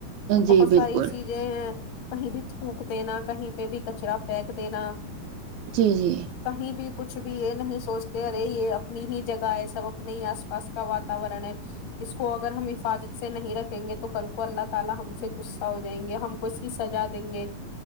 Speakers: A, on the left; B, on the right.
A: بہت
B: جی
A: ساری
B: بالکل
A: چیزیں ہیں کہیں بھی تھوک دینا کہیں پہ بھی کچرا پھینک دینا
B: جی جی
A: کہیں بھی کچھ بھی یہ نہیں سوچتے ہیں اپنی بھی جگہ ایسا وقت نہیں اس پاس کا واتا ورن ہے اس کو اگر ہم حفاظت سے نہیں رکھیں گے تو کل کو اللہ تعالی ہم سے غصہ ہو جائیں گے ہم اس کی سزا دیں گے